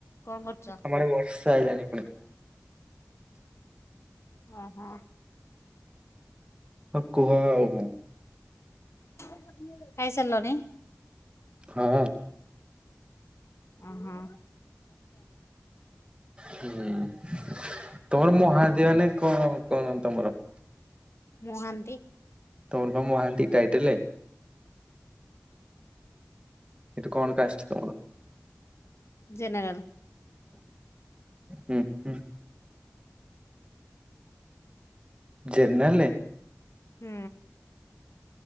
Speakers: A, on the left; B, on the right.
A: କଣ କରୁଛ?
B: ଆମ ଆଡେ ବର୍ଷା ଆଇଲାଣି ପୁଣି।
A: ଓ ହୋ।
B: ହଁ କୁହ ଆଉ
A: ଖାଇସାରିଲଣି?
B: ହଁ।
A: ଓ ହୋ।
B: ହୁଁ ତମର ମ <unintelligible> କଣ କରନ୍ତି ତମର?
A: ମହାନ୍ତି।
B: ତମର ବା ମହାନ୍ତି ଟାଇଟେଲେ। ଏଠୁ କଣ କାଷ୍ଟ ତୁମର?
A: ଜେନେରାଲ।
B: ହୁଁ-ହୁଁ। ଜେର୍ନରାଲେ।
A: ହୁଁ।